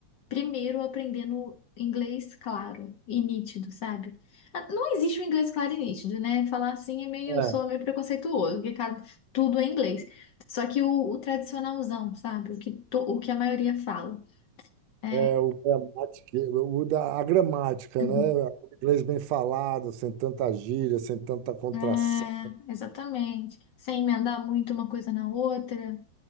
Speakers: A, on the left (about 50°); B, on the right (about 70°).
A: primeiro aprendendo inglês claro e nítido, sabe? Ah, Não existe um inglês claro e nítido, né? Falar assim é meio,
B: É,
A: sou meio preconceituoso, porque cara, tudo é inglês. Só que o, o tradicionalzão, sabe? O que, to- o que a maioria fala. É,
B: é o gramática, o da a gramática,
A: <clears throat>
B: né? O inglês bem falado, sem tanta gíria, sem tanta contração.
A: é, exatamente. Sem emendar muito uma coisa na outra.